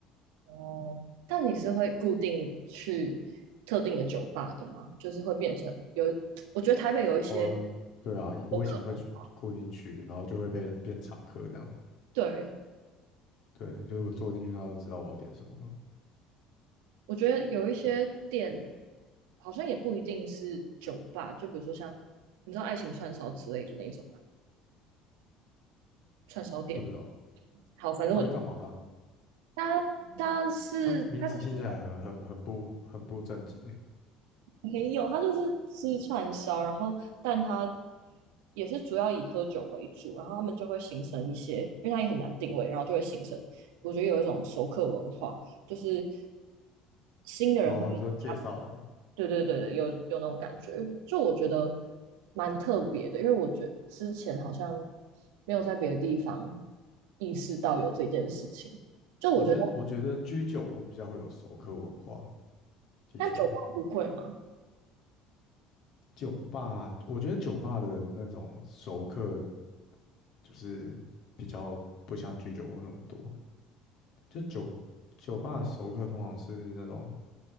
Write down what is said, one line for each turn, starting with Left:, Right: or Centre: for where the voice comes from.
Right: 哦，但你是会固定去特定的酒吧的吗？就是会变成有，我觉得台北有一些
Left: 哦，对啊，我以前会去固定去，
Right: 有可能，
Left: 然后就会被变常客这样。
Right: 对，
Left: 对，就是我坐进去，他都知道我要点什么了
Right: 我觉得有一些店好像也不一定是酒吧，就比如说像你知道爱情串烧之类的那种嘛，串烧店。
Left: 不知道
Right: 好，反正我
Left: 他是干嘛的啊？
Right: 他他是他可能
Left: 他名字听起来很很很不很不正经欸。
Right: 没有，他就是吃串烧，然后但他也是主要以喝酒为主，然后他们就会形成一些，因为他也很难定位，然后就会形成我觉得有一种熟客文化，就是新的人会。
Left: 哦，
Right: 比较。
Left: 你说介绍栏？
Right: 对对对对，有有那种感觉，就我觉得蛮特别的，因为我觉得之前好像没有在别的地方意识到有这件事情。就我觉得，
Left: 我觉得我觉得居酒屋比较会有熟客文化，的确，
Right: 但酒吧不会嘛？
Left: 酒吧我觉得酒吧的那种熟客就是比较不像居酒屋那么多。就酒酒吧的熟客通常是那种